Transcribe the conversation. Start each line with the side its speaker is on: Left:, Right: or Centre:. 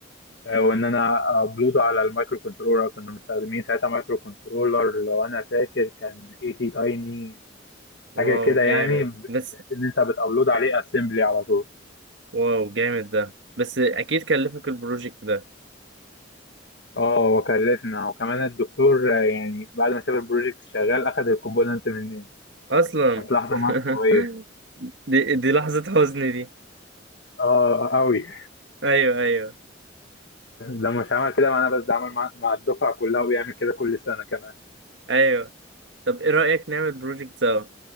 Left: آه، وإن أنا أبلوده على المايكرو كنترولر كنا مستخدمين ساعتها مايكرو كنترولر لو أنا فاكر كان اي تي تايني حاجه
Right: واو
Left: كده يعني
Right: جامد
Left: بحيث
Right: بس
Left: ان انت بتابلود عليه اسمبلي على طول
Right: واو جامد ده بس أكيد كلفك البروجكت ده
Left: اه وكلفنا وكمان الدكتور آه، يعني بعد ما شاف البروجكت شغال اخذ الكومبوننت مننا
Right: اصلا
Left: كانت لحظه
Right: <laughs>
Left: مأساويه
Right: دي دي لحظة حزن دي
Left: اه قوي
Right: ايوه ايوه
Left: ده مش عمل كده مع انا بس ده عمل مع, مع الدفعه كلها وبيعمل كده كل سنه كمان
Right: ايوه طب ايه رأيك نعمل بروجكت سوا